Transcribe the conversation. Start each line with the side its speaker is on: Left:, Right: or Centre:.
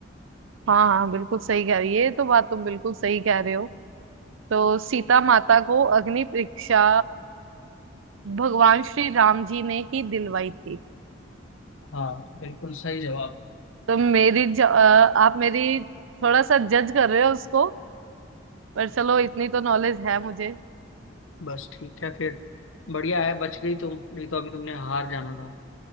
Right: हाँ हाँ बिल्कुल सही कह रही है ये तो बात तुम बिल्कुल सही कह रहे हो तो सीता माता को अग्नि परीक्षा भगवान श्री राम जी ने ही दिलवाई थी
Left: हाँ बिल्कुल सही जवाब
Right: तो मेरी ज, अ, आप मेरी थोड़ा सा जज कर रहे हो उसको पर चलो इतनी तो नॉलेज है मुझे
Left: बस ठीक है फिर बढ़िया है बच गई तुम नहीं तो अभी तुमने हार जाना था